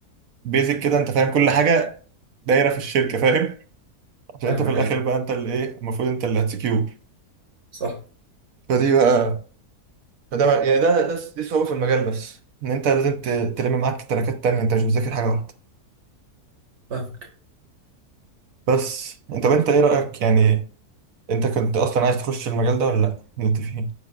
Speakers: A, on the right (about 65°); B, on the right (about 45°).
A: بيزك كده انت فاهم كل حاجه دايره في الشركه فاهم عشان
B: فاهمك
A: انت في الاخر
B: ايه
A: بقى انت اللي ايه المفروض انت اللي هتسكيور
B: صح
A: فدي بقى فده بقى- يعني ده ده دي صعوبة في المجال بس ان انت لازم ت- تلم معاك تراكات تانية انت مش بتذاكر حاجة واحدة
B: فاهمك
A: بس انت طب انت ايه رأيك يعني انت كنت اصلا عايز تخش المجال ده ولا لا اللي انت فيه